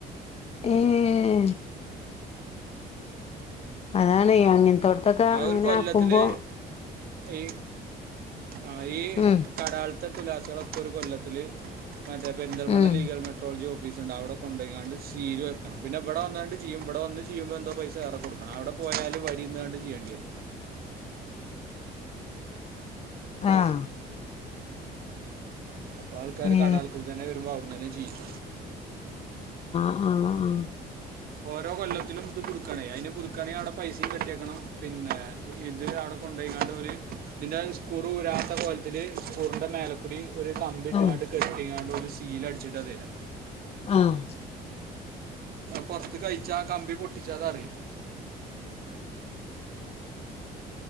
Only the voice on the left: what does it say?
ഏഹ് അതാണെ യങ്ങൻ തൊട്ത്തൊക്കെ
അങ്ങനാക്കുമ്പോ
ഉം
ഉം
ആഹ്
ഏ
ആഹ് ആഹ്
ആ
ആഹ്